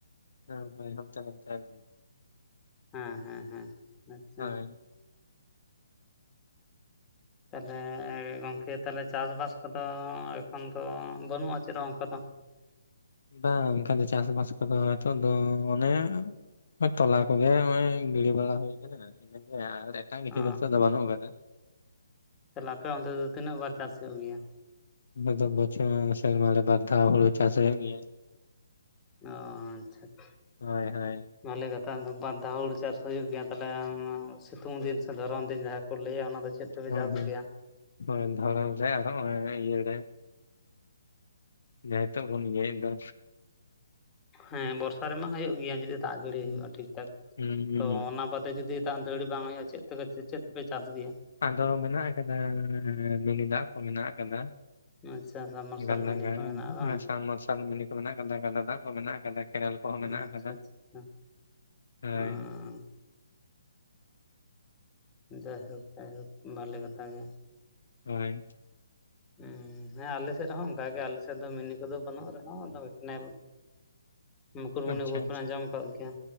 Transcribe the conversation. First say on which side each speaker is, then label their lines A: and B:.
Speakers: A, on the left; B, on the left.
A: ᱦᱮᱸ ᱦᱚᱭ ᱦᱟᱱᱛᱮ-ᱱᱟᱱᱛᱮ ᱟᱨᱠᱤ᱾
B: ᱦᱮᱸ ᱦᱮᱸ ᱦᱮᱸ ᱟᱪᱪᱷᱟ᱾
A: ᱦᱳᱭ᱾
B: ᱛᱟᱦᱞᱮ ᱜᱚᱢᱠᱮ ᱛᱟᱦᱞᱮ ᱪᱟᱥᱵᱟᱥ ᱠᱚᱫᱚ ᱮᱠᱷᱚᱱ ᱫᱚ ᱵᱟᱹᱱᱩᱜᱼᱟ ᱪᱮᱫᱚ ᱚᱱᱠᱟ ᱫᱚ᱾
A: ᱵᱟᱝ ᱚᱱᱠᱟ ᱫᱚ ᱪᱟᱥ ᱵᱟᱥ ᱠᱚᱫᱚ ᱱᱤᱛᱚᱜ ᱫᱚ ᱚᱱᱮ ᱛᱚᱞᱟ ᱠᱚᱜᱮ ᱚᱸᱜᱚᱭ ᱜᱤᱲᱤ ᱵᱟᱲᱟ ᱦᱩᱭ ᱠᱟᱱᱟ ᱦᱮᱸᱥᱮ ᱟᱨ ᱮᱴᱟᱜ ᱠᱤᱪᱷᱩ
B: ᱚ
A: ᱫᱚ ᱱᱤᱛᱚᱜ ᱫᱚ ᱵᱟᱱᱩᱜ ᱠᱟᱫᱟ᱾
B: ᱛᱟᱞᱦᱮ ᱟᱯᱮ ᱚᱱᱛᱮ ᱫᱚ ᱛᱤᱱᱟᱹᱜ ᱵᱟᱨ ᱪᱟᱥ ᱦᱳᱭᱩᱜ ᱜᱮᱭᱟ᱾
A: ᱟᱵᱚ ᱫᱚ ᱵᱚᱪᱷᱚᱨ ᱥᱮᱨᱢᱟ ᱨᱮ ᱵᱟᱨ ᱫᱷᱟᱣ ᱦᱳᱲᱳ ᱪᱟᱥ ᱦᱳᱭᱳᱜ ᱜᱮᱭᱟ᱾
B: ᱚ ᱟᱪᱪᱷᱟ ᱪᱷᱟ᱾
A: ᱦᱳᱭ ᱦᱳᱭ
B: ᱵᱷᱟᱞᱮ ᱠᱟᱛᱷᱟ ᱵᱟᱨᱫᱷᱟᱣ ᱦᱩᱲᱩ ᱪᱟᱥ ᱦᱩᱭᱩᱜ ᱜᱮᱭᱟ ᱛᱟᱦᱞᱮ ᱥᱤᱛᱩᱝ ᱫᱤᱱ ᱥᱮ ᱫᱷᱚᱨᱚᱱ ᱫᱤᱱ ᱡᱟᱦᱟ ᱠᱚ ᱞᱟᱹᱭᱟ ᱚᱱᱟ ᱫᱚ ᱪᱮᱫ? ᱛᱮᱯᱮ
A: ᱦᱚᱭ
B: ᱪᱟᱥ
A: ᱦᱮᱸ
B: ᱜᱮᱭᱟ
A: ᱦᱚᱭ ᱫᱷᱚᱲᱚᱱ ᱨᱮ ᱟᱨ ᱚᱸᱜ-ᱚᱭ ᱤᱭᱟᱹ ᱨᱮ᱾ ᱡᱟᱦᱟ ᱱᱤᱛᱚᱜ ᱵᱚᱱ ᱤᱭᱟᱹᱭᱮᱜ ᱫᱚ᱾
B: ᱦᱮᱸ ᱵᱚᱨᱥᱟ ᱨᱮᱢᱟ ᱦᱩᱭᱩᱜ ᱜᱮᱭᱟ ᱡᱩᱫᱤ ᱫᱟᱜ ᱡᱟᱹᱲᱤ
A: ᱦᱩᱸ
B: ᱦᱩᱭᱩᱜᱼᱟ ᱴᱷᱤᱠ ᱴᱷᱟᱠ
A: ᱦᱩᱸ
B: ᱛᱚ ᱚᱱᱟ ᱵᱟᱫᱮ ᱡᱩᱫᱤ᱾ ᱫᱟᱜ ᱡᱟᱹᱲᱤ ᱵᱟᱝ ᱦᱳᱭᱳᱜᱼᱟ ᱪᱮᱫ ᱛᱮᱯᱮ ᱪᱮᱫ ᱯᱮ ᱪᱟᱥ ᱜᱮᱭᱟ᱾
A: ᱟᱫᱚ ᱢᱮᱱᱟᱜ ᱠᱟᱫᱟ ᱢᱤᱱᱤ ᱫᱟᱜ ᱠᱚ ᱢᱮᱱᱟᱜ ᱠᱟᱫᱟ᱾
B: ᱟᱪᱪᱷᱟ ᱥᱟᱵ ᱢᱟᱨᱥᱟᱞ
A: ᱜᱟᱰᱟ
B: ᱢᱤᱱᱤ
A: ᱜᱟ
B: ᱠᱚ ᱢᱮᱱᱟᱜᱼᱟ ᱵᱟᱝ
A: ᱥᱟᱱ ᱢᱟᱨᱥᱟᱞ ᱢᱤᱱᱤᱠᱚ ᱢᱮᱱᱟᱜ ᱠᱟᱫᱟ ᱜᱟᱰᱟ ᱫᱟᱜ ᱠᱚ ᱢᱮᱱᱟᱜ ᱠᱟᱫᱟ᱾ ᱠᱮᱱᱮᱞ ᱠᱚᱦᱚᱸ ᱢᱮᱱᱟᱜ
B: ᱟᱪᱪᱷᱟ
A: ᱟᱠᱟᱫᱟ
B: ᱟᱪᱪᱷᱟ
A: ᱦᱟᱹᱭ᱾
B: ᱦᱮᱸ ᱡᱟᱭ ᱦᱳᱠ ᱡᱟᱭ ᱦᱳᱠ ᱵᱷᱟᱞᱮ ᱠᱟᱛᱷᱟ ᱜᱮ᱾
A: ᱦᱳᱭ᱾
B: ᱦᱩᱸ ᱦᱮᱸ ᱟᱞᱮᱥᱮᱜ ᱨᱮᱦᱚᱸ ᱚᱱᱠᱟ ᱜᱮ ᱟᱞᱮᱥᱮᱫ ᱫᱚ ᱢᱤᱱᱤ ᱠᱚᱫᱚ ᱵᱟᱱᱩᱜ ᱨᱮᱦᱚᱸ ᱟᱫᱚ ᱠᱮᱱᱮᱞ᱾ ᱢᱩᱠᱩᱴᱢᱩᱱᱤᱯᱩᱨ
A: ᱟᱪ-ᱪᱷᱟ ᱟᱪᱷᱟ
B: ᱵᱮᱱ ᱟᱸᱡᱚᱢ ᱟᱠᱟᱫ ᱜᱮᱭᱟ